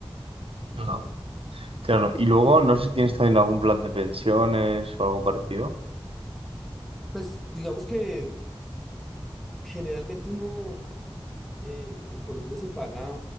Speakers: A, on the right (about 75°); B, in the centre.
A: Claro. Claro. Y luego, no sé si tienes también algún plan de pensiones o algo parecido.
B: Pues digamos que generalmente uno eh, en Colombia se paga,